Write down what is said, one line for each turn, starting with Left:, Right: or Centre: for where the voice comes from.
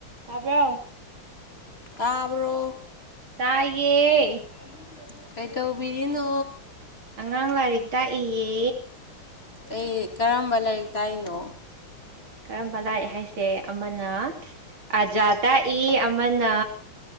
Right: ꯇꯄ
Left: ꯀꯥꯕ꯭ꯔꯣ
Right: ꯇꯥꯏꯌꯦ
Left: ꯑꯗꯨ ꯀꯩ ꯇꯧꯕꯤꯔꯤꯅ
Right: ꯑꯉꯥꯡ ꯂꯥꯏꯔꯤꯛ ꯇꯥꯛꯏꯌꯦ
Left: ꯀ ꯀꯔꯝꯕ ꯂꯥꯏꯔꯤꯛ ꯇꯥꯔꯤꯅꯣ
Right: ꯀꯔꯝꯕ ꯂꯥꯏꯔꯤꯛ ꯍꯥꯏꯁꯦ ꯑꯃꯅ ꯑꯖꯥ ꯇꯥꯛꯏ ꯑꯃꯅ